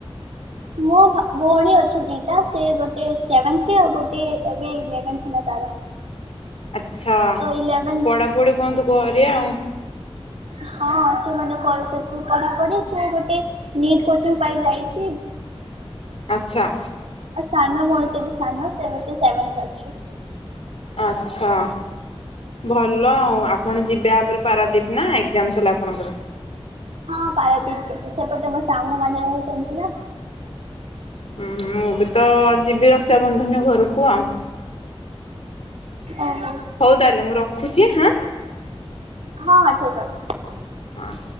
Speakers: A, on the right; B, on the left.
A: ମୋ ଭଉଣୀ ଅଛି ଦିଟା। ସେ ଗୋଟେ ସେଭେନ୍ଥରେ ଆଉ ଗୋଟେ ଏବେ ଇଲେଭେନ୍ ଥିଲା ତାର
B: ଆଚ୍ଛା
A: ତ ଇଲେଭେନ୍
B: ପଢ଼ାପଢ଼ି କୁହନ୍ତୁ କରିବେ ଆଉ
A: ହଁ ସେମାନେ କହୁଛନ୍ତି ପଢାପଢି ସେ ଗୋଟେ ନିଟ୍ କୋଚିଂ ପାଇ ଯାଇଛି।
B: ଆଚ୍ଛା
A: ସାନ ଭଉଣୀ ତ ବି ସାନ ସେ ସେଭେନ୍ଥ ରେ ଅଛି।
B: ଆଚ୍ଛା ଭଲ ଆଉ ଆପଣ ଯିବା ଉପରେ ପାରାଦୀପ ନା ଏକ୍ଜାମସ ହେଲା ଆପଣଙ୍କର?
A: ହଁ ପାରାଦୀପ ଯିବି ସେପଟେ ମୋ ସାଙ୍ଗମାନେ ରହୁଛନ୍ତି ନା
B: ଉୁଁ ମୁଁ ବି ତ ଯିବି ରକ୍ଷାବନ୍ଧନ ଘରକୁ ଆଉ
A: ଓହୋ।
B: ହଉ ତାହେଲେ ମୁଁ ରଖୁଛି ହଁ।
A: ହଁ ହଁ ଠିକ ଅଛି।
B: ହଁ